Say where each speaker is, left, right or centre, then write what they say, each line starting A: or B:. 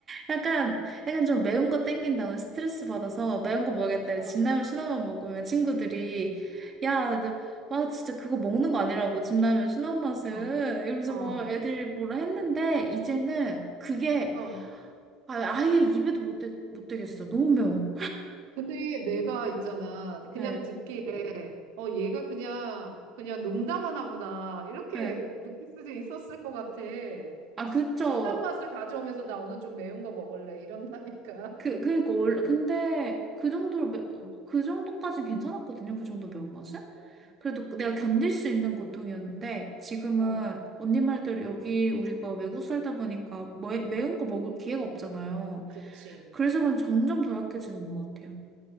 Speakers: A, on the right; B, on the right.
A: 약간, 약간 좀 매운 거 땡긴다. 오늘 스트레스 받아서 매운 거 먹겠다.
B: 어,
A: 진라면 순한 맛 먹으면 친구들이, 야, 너, 와, 진짜 그거 먹는 거 아니라고. 진라면 순한 맛은.
B: 어,
A: 이러면서
B: 어.
A: 뭐 애들이 뭐라 했는데, 이제는 그게
B: 어.
A: 아, 아예 입에도 못, 대, 못 대겠어. 너무 매워.
B: 아, 근데 내가 있잖아. 그냥
A: 네.
B: 듣기에, 어, 얘가 그냥, 그냥 농담하나 보다. 이렇게
A: 네.
B: 느낄 수도 있었을 것 같아.
A: 아,
B: 수,
A: 그쵸.
B: 순한 맛을 가져오면서 나 오늘 좀 매운 거 먹을래. 이런다니까.
A: 그, 그러니까 원래 근데 그 정도로 매- 어,
B: 어,
A: 그 정도까진 괜찮았거든요.
B: 어,
A: 그 정도 매운맛은.
B: 어,
A: 그래도 내가 견딜 수 있는 고통이었는데 지금은
B: 어,
A: 언니 말대로
B: 어,
A: 여기 우리가 외국 살다 보니까 매, 매운 거 먹을 기회가 없잖아요.
B: 그치.
A: 그래서 그런 점점 더 약해지는 것 같아요.